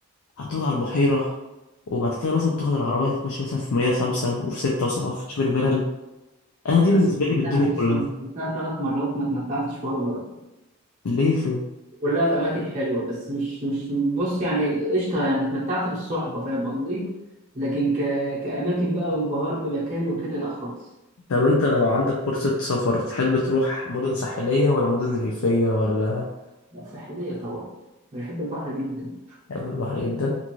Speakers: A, on the left (about 70°); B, on the right (about 35°).
A: هتقعد على البحيره وبعد كده مثلا تاخد العربية تتمشى مثلا في مدينة خمسة وفي ستة وسبعة وتشوف الفلل انا دي
B: انا
A: بالنسبه
B: سافرتها
A: لي بالدنيا
B: بص
A: كلها
B: انا سافرتها ثلاث مرات ما اتمتعتش ولا مره
A: ليه كده
B: كلها في اماكن حلوه بس مش مش بص يعني قشطه يعني اتمتعت بالصحبه فاهم قصدي لكن ك... كاماكن بقى وانبهار بمكان وكده لا خالص
A: طب انت لو عندك فرصه سفر تحب تروح مدن ساحليه ولا مدن ريفيه ولا
B: لا ساحلية طبعا أنا بحب البحر جدا
A: تحب البحر جدا